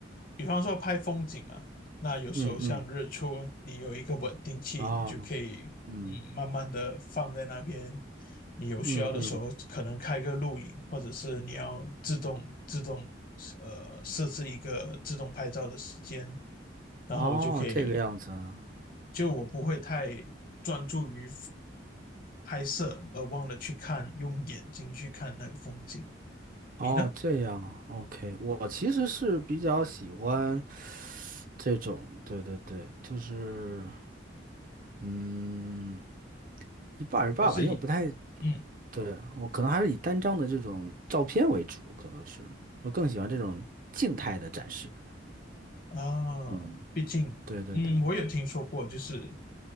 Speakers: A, on the left; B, on the right.
A: 比方说拍风景啊，那有时候像日出，
B: 嗯嗯，
A: 你有一个稳定器，
B: 哦，
A: 你就可以嗯慢慢的放在那边。
B: 嗯
A: 你有需要的时候，
B: 嗯嗯，
A: 可能开个录影，或者是你要自动自动呃设置一个自动拍照的时间，然后我就可以，
B: 哦，这个样子啊。
A: 就我不会太专注于拍摄，而忘了去看，用眼睛去看那个风景。
B: 哦，
A: 你呢？
B: 这样啊，OK，我其实是比较喜欢这种，对对对，就是嗯，一半儿一半儿吧，
A: 还是以
B: 因为我不太，
A: 嗯
B: 对，我可能还是以单张的这种照片为主，可能是我更喜欢这种静态的展示。
A: 啊，
B: 嗯，
A: 毕竟嗯，
B: 对对对，
A: 我有听说过，就是